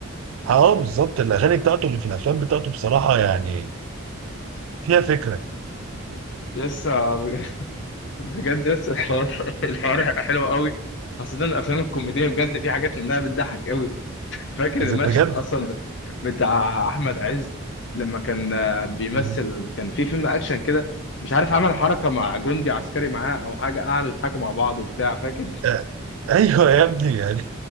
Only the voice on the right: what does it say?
اه بالظبط الاغاني بتاعته اللي في الافلام بتاعته بصراحه يعني فيها فكره
إذا
بجد
مم.
آه، ايوه يا ابني يعني